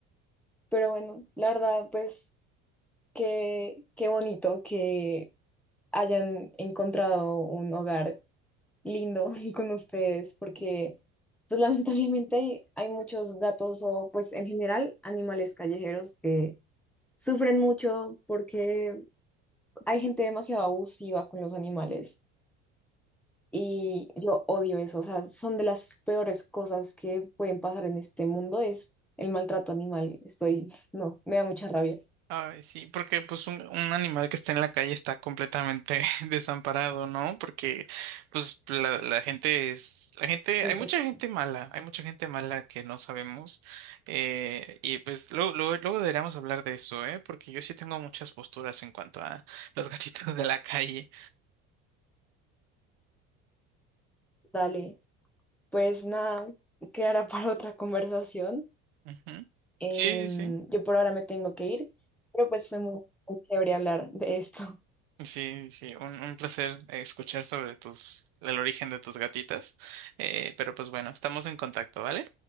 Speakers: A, in the centre; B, on the right.
A: pero bueno, la verdad, pues qué, qué bonito que hayan encontrado un hogar lindo <laughs> con ustedes, porque pues lamentablemente hay, hay muchos gatos o pues en general animales callejeros que sufren mucho porque hay gente demasiado abusiva con los animales y yo odio eso, o sea, son de las peores cosas que pueden pasar en este mundo, es el maltrato animal. Estoy, no, me da mucha rabia.
B: Ay, sí, porque pues un, un animal que está en la calle está completamente <laughs> desamparado, ¿no? Porque pues la, la gente es, la gente,
A: Sí,
B: hay mucha
A: total.
B: gente mala, hay mucha gente mala que no sabemos. eh, y pues luego, luego, luego deberíamos hablar de eso, ¿eh? Porque yo sí tengo muchas posturas en cuanto a <laughs> los gatitos de la calle.
A: Dale, pues nada, quedará para otra conversación.
B: Ujú.
A: Em,
B: Sí, sí,
A: yo por ahora me tengo que ir, pero pues fue muy muy chévere hablar de esto. <laughs>
B: sí, sí, un, un placer eh, escuchar sobre tus, el origen de tus gatitas. Eh, pero pues bueno, estamos en contacto, ¿vale?